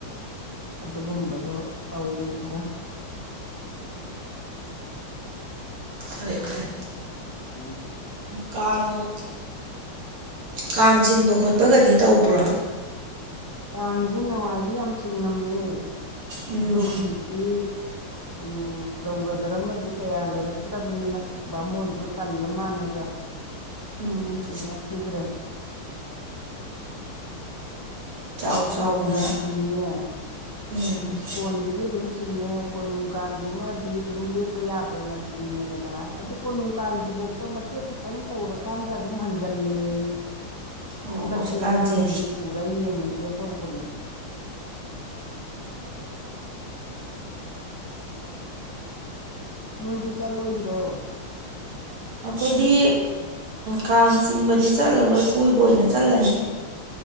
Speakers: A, on the left; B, on the right.
A: ꯑꯗꯨꯒꯨꯝꯕꯗꯣ ꯇꯧꯔꯤ ꯈꯔ <inaudible>
B: ꯐꯔꯦ ꯐꯔꯦ
A: ꯎꯝ ꯎꯝ
B: ꯀꯥꯡ ꯀꯥꯡ ꯆꯤꯡꯕ ꯈꯣꯠꯄꯒꯗꯤ ꯇꯧꯕ꯭ꯔꯣ
A: ꯀꯥꯡꯁꯦ ꯅꯋꯥꯏꯗꯤ ꯌꯥꯝ ꯆꯤꯡꯉꯝꯃꯦ
B: ꯎꯝ
A: ꯑꯗꯣ ꯍꯧꯖꯤꯛꯇꯤ ꯎꯝ ꫪꯧꯔꯗꯔꯝꯃꯖ‌ꯦ ꯀꯌꯥ ꯂꯩꯔꯛꯇ꯭ꯔꯕꯅꯤꯅ ꯕꯥꯃꯣꯟꯁꯨ ꯇꯜꯂ ꯃꯥꯜꯂꯗ
B: ꯎꯝ
A: ꯆꯤꯡꯉꯛꯈꯤꯗ꯭ꯔꯦ
B: ꯆꯥꯎ
A: ꯏꯁꯀꯣꯟꯒꯤ
B: ꯆꯥꯎꯅ
A: ꯆꯤꯡꯉ‌ꯦ
B: ꯎꯝ
A: ꯏꯁꯀꯣꯟꯒꯤꯗꯤ ꯑꯗꯨꯝ ꯆꯤꯡꯉꯦ ꯀꯣꯅꯨꯡ ꯀꯥꯡꯁꯤꯃꯗꯤ ꯑꯗꯨꯝ ꯂꯦꯞꯄ ꯌꯥꯗꯅ ꯆꯤꯡꯉꯦꯗꯅ ꯑꯗꯨ ꯀꯣꯅꯨꯡ ꯀꯥꯡꯁꯤꯐꯧꯗ ꯃꯇꯦꯛ ꯈꯤꯇꯪ ꯇꯧꯔꯀꯥꯟꯗ ꯑꯗꯨꯝ ꯍꯟꯖꯜꯂꯌ‌ꯦ <inaudible>
B: ꯑꯣ
A: ꯍꯟꯗꯛꯇꯤ
B: ꯍꯧꯖꯤꯛꯀꯥꯟꯁꯦ
A: ꯑꯉꯥꯡꯅꯨꯕꯤ ꯄꯨꯔ ꯌꯦꯡꯉꯨꯒꯦ ꯇꯧꯕꯅꯤ ꯅꯣꯏꯗꯤ ꯆꯠꯂꯣꯏꯗ꯭ꯔꯣ
B: ꯑꯩꯈꯣꯏꯗꯤ ꯀꯥꯡ ꯆꯤꯡꯕꯗꯤ ꯆꯠꯂꯔꯣꯏ ꯀꯣꯏꯕ ꯑꯣꯏꯅ ꯆꯠꯂꯅꯤ